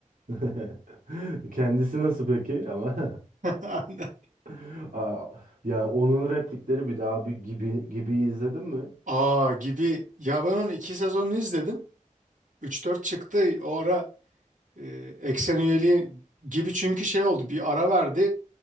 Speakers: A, on the right (about 85°); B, on the right (about 70°).
A: <laughs> Kendisi nasıl peki ama?
B: <laughs> Aynen.
A: <laughs> Aa, ya onun replikleri bir daha bir gibi gibi izledin mi?
B: Aa gibi. Ya ben onun iki sezonunu izledim. Üç dört çıktı. O ara e, eksen üyeliği gibi çünkü şey oldu bir ara verdi